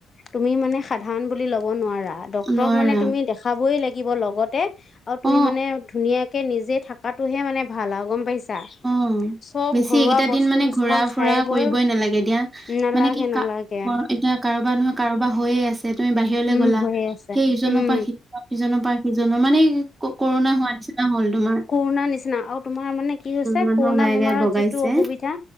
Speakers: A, on the left; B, on the right.
A: তুমি মানে সাধাৰণ বুলি ল'ব নোৱাৰা, ডাক্তৰক
B: নোৱাৰা
A: মানে তুমি দেখাবই লাগিব লগত আৰু
B: অ
A: তুমি মানে ধুনীয়াকে নিজে থকাটোহে মানে ভাল আৰু গম পাইছা?
B: অ',
A: চব
B: বেছি
A: ঘৰুৱা
B: এইকেইটা
A: বস্তু
B: দিন মানে
A: কিছুমান
B: ঘূৰা
A: খাই
B: ফুৰা
A: বৈ
B: কৰিবই নালাগে দিয়া,
A: নালাগে
B: মানে কি কাৰ
A: নালাগে
B: বাৰ, এতিয়া কাৰোবাৰ নহয় কাৰোবাৰ হৈয়ে আছে তুমি বাহিৰলৈ
A: উম
B: গ'লা,
A: হৈয়ে আছে
B: সেই ইজনৰ
A: উম
B: পৰা সিজন, সিজনৰ পৰা সিজনৰ মানে এই ক-কৰুণা হোৱা নিচিনা হ'ল, তোমাৰ।
A: কৰুণাৰ নিচনা আৰু তোমাৰ মানে কি হৈছে
B: উম মানুহৰ
A: কৰুণা
B: গায়ে
A: বেমাৰত
B: গায়ে বগাইছে
A: যিটো অসুবিধা,